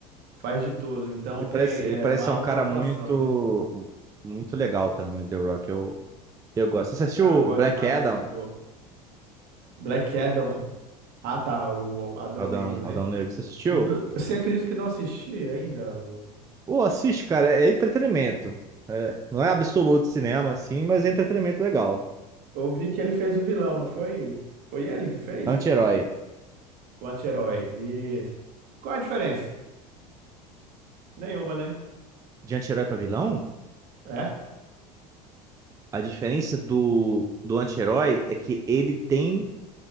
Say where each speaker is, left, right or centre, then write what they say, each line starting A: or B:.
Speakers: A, on the right; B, on the right.
A: faz de tudo. Então
B: Ele parece,
A: tem
B: ele
A: é,
B: parece
A: uma
B: ser
A: alta
B: um cara
A: atuação,
B: muito,
A: né?
B: muito legal também, o The Rock. Eu, eu gosto. Você assistiu
A: Ah, eu
B: o
A: gosto
B: Black
A: demais
B: Adam?
A: desse ator. Black Adam. Ah, tá, o, o Adão
B: Adão,
A: Negro, né?
B: Adão Negro, você assistiu?
A: No- Você acredita que não assisti ainda? o-
B: Pô, assiste, cara. É entretenimento. É, não é absoluto cinema, assim, mas é entretenimento legal.
A: Eu vi que ele fez o vilão, não foi? Foi ele que fez?
B: Anti-herói.
A: O anti-herói. Isso. Qual a diferença? Nenhuma, né?
B: De anti-herói pra vilão,
A: É?
B: a diferença do, do anti-herói é que ele tem